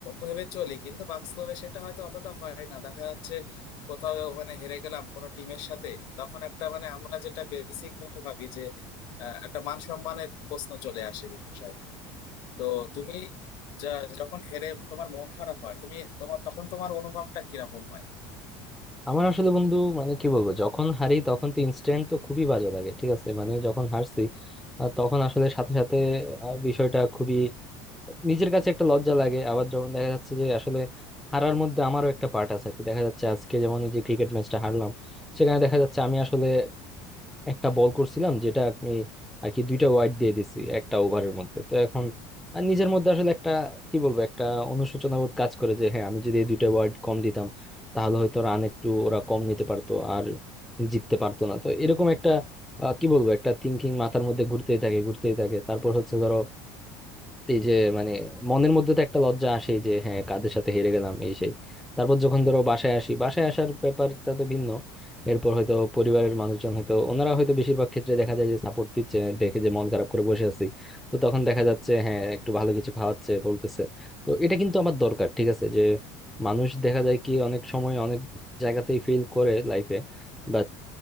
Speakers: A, on the left; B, in the centre.
A: ভেবে চলি কিন্তু বাস্তবে সেটা হয়তো অতটা হয় না দেখা যাচ্ছে কোথাও মানে হেরে গেলাম কোনো টিমের সাথে তখন একটা মানে আমরা যেটা বেসিক ভাবে ভাবি যে আহ, একটা মান সম্মানের প্রশ্ন চলে আসে বিষয়টা তো তুমি যা- যখন হেরে তোমার মন খারাপ হয় তুমি তোমার তখন তোমার অনুভবটা কিরকম হয়
B: আমার আসলে বন্ধু মানে কি বলবো যখন হারি তখন তো ইনস্ট্যান্ট তো খুবই বাজে লাগে ঠিক আছে মানে যখন হারছি আহ, তখন আসলে সাথে সাথে আহ, বিষয়টা খুবই নিজের কাছে একটা লজ্জা লাগে আবার যখন দেখা যাচ্ছে যে আসলে হারার মধ্যে আমারও একটা পার্ট আছে আর কি দেখা যাচ্ছে আজকে যেমন এই যে ক্রিকেট ম্যাচটা হারলাম সেখানে দেখা যাচ্ছে আমি আসলে একটা বল করছিলাম যেটা আমি আর কি দুইটা ওয়াইড দিয়ে দিছি একটা ওভারের মধ্যে তো এখন আর নিজের মধ্যে আসলে একটা কি বলবো একটা অনুশোচনা বোধ কাজ করে যে হ্যাঁ আমি যদি এই দুইটা ওয়াইড কম দিতাম তাহলে হয়তো রান একটু ওরা কম নিতে পারতো আর জিততে পারতো না তো এরকম একটা আহ, কি বলবো একটা থিংকিং মাথার মধ্যে ঘুরতেই থাকে ঘুরতেই থাকে তারপর হচ্ছে ধরো এই যে মানে মনের মধ্যে তো একটা লজ্জা আসে যে হ্যাঁ কাদের সাথে হেরে গেলাম এই সেই তারপর যখন ধরো বাসায় আসি বাসায় আসার ব্যাপারটা তো ভিন্ন এরপর হয়তো পরিবারের মানুষজন হয়তো ওনারা হয়তো বেশিরভাগ ক্ষেত্রে দেখা যায় যে সাপোর্ট দিচ্ছে দেখে যে মন খারাপ করে বসে আছি তো তখন দেখা যাচ্ছে হ্যাঁ একটু ভালো কিছু খাওয়াচ্ছে বলতেছে তো এটা কিন্তু আমার দরকার ঠিক আছে যে মানুষ দেখা যায় কি অনেক সময় অনেক জায়গাতেই ফেল করে লাইফে বাট